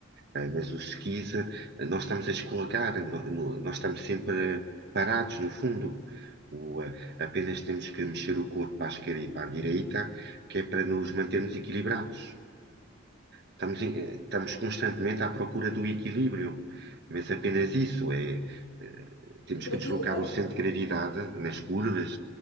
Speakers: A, on the right; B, on the left.
A: Eh, mas os skis, eh, nós estamos a escorregar, no- no- nós estamos sempre eh, parados, no fundo. O, eh, apenas temos que mexer o corpo para a esquerda e para a direita, que é para nos mantermos equilibrados. Estamos, em- eh, estamos constantemente à procura do equilíbrio, mas apenas isso é, eh, temos
B: Porque
A: que
B: aquilo,
A: deslocar
B: ah,
A: o centro de gravidade nas curvas